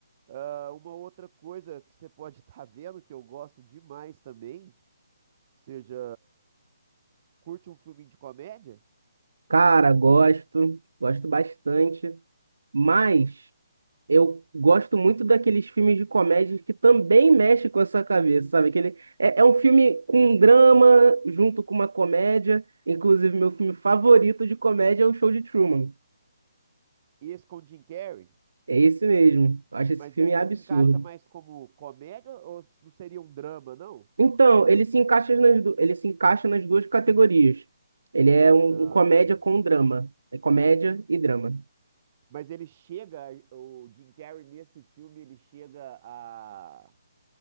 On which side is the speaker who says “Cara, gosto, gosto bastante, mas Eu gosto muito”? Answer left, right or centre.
Right